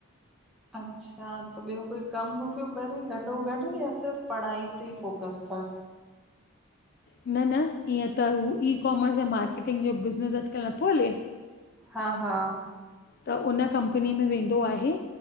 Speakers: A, in the centre; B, on the left.
A: अच्छा त ॿियो कोई कम पयो करे गॾो गॾु इया सिर्फ़ पढ़ाई ते फोकस थए पास
B: न न ईअं त हू ई कॉमर्स या मार्केटिंग जो बिज़नस अॼुकल्ह नथो हले?
A: हा हा
B: त उन कंपनी में वेंदो आहे।